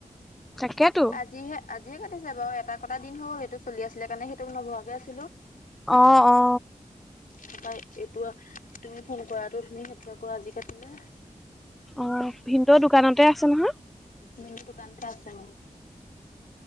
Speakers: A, in the centre; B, on the left.
A: তাকেতো
B: আজিহে আজিয়ে কাটিছে বাৰু এটা কটা দিন হ'ল, সেইটো চলি আছিলে কাৰণে সেইটো নভোৱাকে আছিলো।
A: অ অ
B: তাপাই এইটো তুমি ফোন কৰাটো তুমি সেইটো আকৌ আজি কাটিলে।
A: অ, ভিনদেউ দোকানতে আছে? নহয়
B: উম, দোকানতে আছে অ।